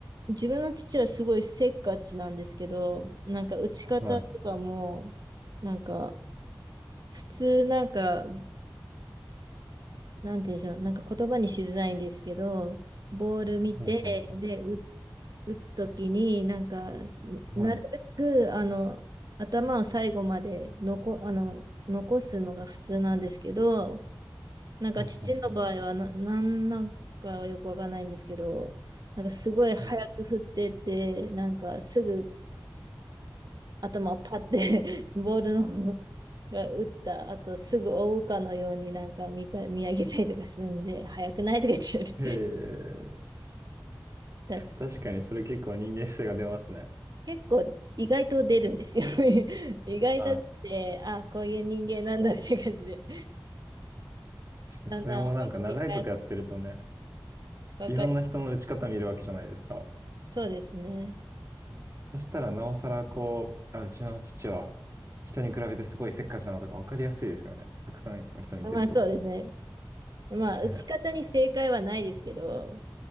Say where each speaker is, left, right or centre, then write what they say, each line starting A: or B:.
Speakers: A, on the right (about 55°); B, on the right (about 35°).
A: 自分の父はすごいせっかちなんですけど、なんか打ち方とかも、
B: はい。
A: なんか、普通なんかなんて言うんでしょう、なんか言葉にしづらいんですけど、ボール見て、
B: はい、はい、は
A: で、う打つときに、なんか、
B: い。
A: なるべく、
B: はい
A: あの、頭を最後まで残、あの、残すのが普通なんですけど、なんか父の場合はな、
B: はい、はい、はい。
A: なんなんかはよくわかんないんですけど、なんかすごい早く振ってって、
B: はい
A: なんかすぐ頭をパッて <laughs> ボールの方が打った後すぐ追うかのようになんか見た、見上げたりとかするんで、早くないとか言って
B: へえ、
A: した
B: 確かにそれ結構人間性が出ますね。
A: 結構意外と出るんですよ。<laughs> 意外と出て、
B: あ、
A: あ、こういう人間なんだって感じで、
B: 確かにそれもなんか長いことやってるとね、
A: だんだん分かりが、分かり、
B: いろんな人の打ち方見るわけじゃないですか。
A: そうですね。
B: そしたらなおさらこう、あ、うちの父は人に比べてすごいせっかちだなとかわかりやすいですよね。たくさんの人見てると。
A: まあそうですね。まあ打ち方に正解はないですけど、
B: ね。